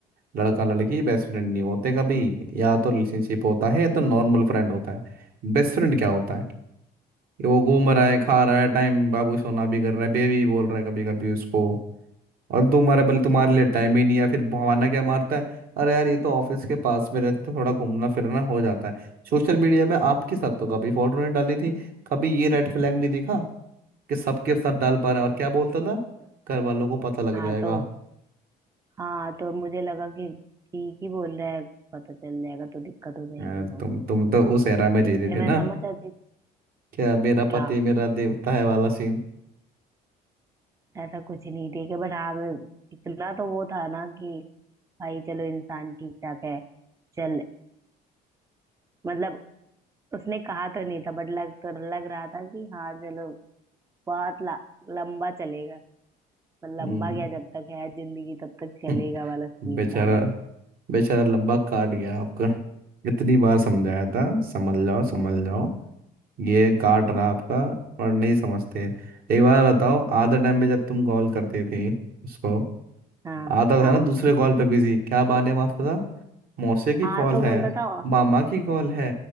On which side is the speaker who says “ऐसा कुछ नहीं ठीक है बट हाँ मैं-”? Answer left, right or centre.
Right